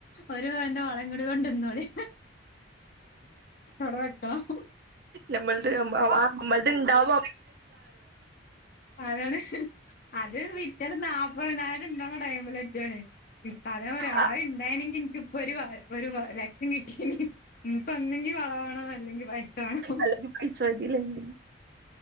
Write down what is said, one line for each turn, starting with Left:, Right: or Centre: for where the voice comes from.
Left: ഒരു പവന്റെ വളംങ്കടി കൊണ്ട ഇന്നോളി അവിടെ വെക്കണം
Right: നമ്മൾത് നമ്മളത് ഇണ്ടവോ
Left: അതാണ് അത് <inaudible> ഇത് ണ്ടാവ്ണ ടൈമിൽ ഒകെണ് ഇപ്പാനെ പറയാ
Right: ആ
Left: ആരുണ്ടായനെങ്കി എനിക്ക് ഒരു വ ഒരു വ ലക്ഷ്യം കിട്ടിയന് ഇപ്പ ഒന്നുങ്കി വള വേണം അല്ലെങ്കി പൈസ വേണം
Right: അല്ലെങ്കി പൈസ മതില്ലേ